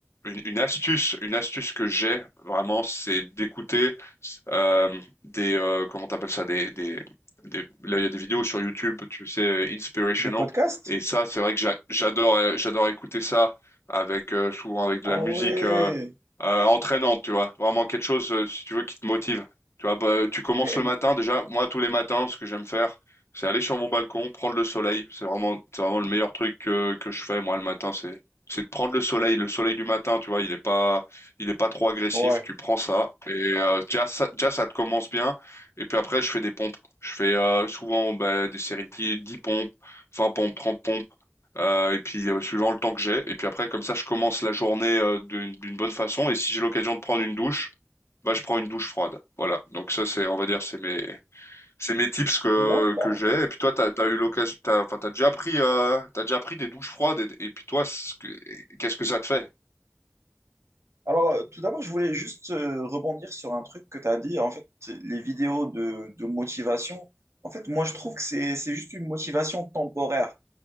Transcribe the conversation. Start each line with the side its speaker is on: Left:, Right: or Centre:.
Left: une, une astuce, une astuce que j'ai vraiment, c'est d'écouter euh, des euh, comment t'appelles ça des, des des là il y a des vidéos sur YouTube, tu sais, inspirational
Right: Des podcasts?
Left: et ça, c'est vrai que j'a- j'adore, euh, j'adore écouter ça avec euh, souvent avec de
Right: Ah
Left: la musique
Right: ouais.
Left: euh, euh, entraînante, tu vois. Vraiment quelque chose, euh, si tu veux, qui te motive. Tu vois, bah, tu commences
Right: Mais
Left: le
Right: euh,
Left: matin. Déjà, moi, tous les matins, ce que j'aime faire, c'est aller sur mon balcon, prendre le soleil. C'est vraiment, c'est vraiment le meilleur truc que, que je fais, moi, le matin. C'est, c'est de prendre le soleil. Le soleil du matin, tu vois, il est pas, il est pas trop agressif.
Right: ouais.
Left: Tu prends ça et euh, déjà, ça, déjà, ça te commence bien. Et puis après, je fais des pompes. Je fais euh, souvent bah, des séries de 10 pompes. 20 pompes, 30 pompes, euh, et puis euh, suivant le temps que j'ai. Et puis après, comme ça, je commence la journée euh, d'une d'une bonne façon. Et si j'ai l'occasion de prendre une douche, bah, je prends une douche froide. Voilà. Donc ça, c'est, on va dire, c'est mes, c'est mes tips que,
Right: D'accord.
Left: que j'ai. Et puis toi, t'as, t'as eu l'occasion, t'as, enfin, t'as déjà pris, euh, t'as déjà pris des douches froides. Et, et puis toi, c'est ce que- qu'est-ce que ça te fait?
Right: Alors, euh, tout d'abord, je voulais juste euh, rebondir sur un truc que tu as dit. En fait, les vidéos de, de motivation, en fait, moi, je trouve que c'est, c'est juste une motivation temporaire.